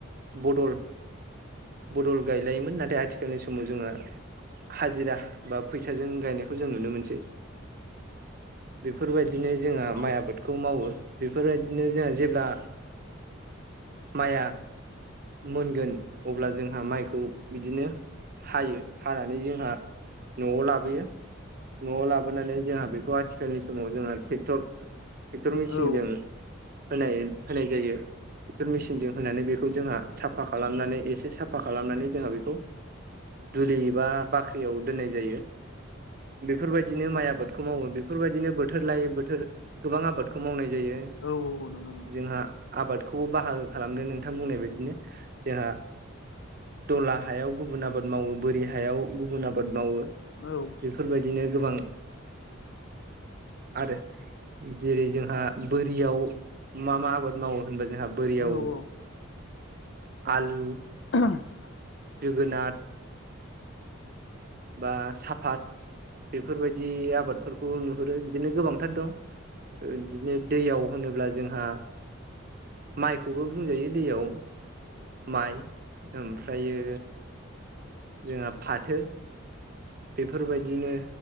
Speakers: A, on the right; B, on the left.
A: बदल बदल गायलायोमोन नाथाय आथिखालनि समाव जोङो हाजिरा बा फैसाजों गायनायखौ आं जों नुनो मोनसै बेफोरबायदिनो जोंहा
B: औ
A: माइ आबादखौ मावो बेफोरबायदिनो जोंहा जेब्ला माइआ मोनगोन अब्ला जोंहा माइखौ बिदिनो हायो हानानै जोंहा न'आव लाबोयो। न'आव लाबोनानै जोंहा बेखौ आथिखालनि समाव जोंहा ट्रेक्टर ट्रेक्टर मेसिनजों
B: औ
A: होनाय होनाय जायो। बेर मेसिनजों होनानै बेखौ जोंहा साफा खालामनानै एसे साफा खालामनानै जोंहा बेखौ ओ दुलि बा बाख्रियाव दोननाय जायो आरो। बेफोरबायदिनो माइ आबादखौ मावो बेफोरबायदिनो बोथोर लाय बोथोर गोबां आबादखौ मावनाय जायो।
B: औ औ औ नं
A: जोंहा आबादखौबो बाहागो खालामदों नोंथां बुंनाय बायदिनो जोंहा दला हायाव गुबुन आबाद मावो बोरि हायाव गुबुन आबाद मावो।
B: ओ
A: बेफोरबादिनो गोबां आरो जेरै जोंहा बोरियाव मा मा? आबाद मावो होनबा जोंहा बोरियाव
B: औ औ
A: आलु
B: <inaudible>
A: जोगोनार बा साफात बेफोरबादि आबाद फोरखौ नुहुरो बिदिनो गोबांथार दं बिदिनो दैयाव होनोब्ला जोंहा माइखौबो बुंजायो दैयाव माइ ओमफ्रायो जोंहा फाथो बेफोरबायदिनो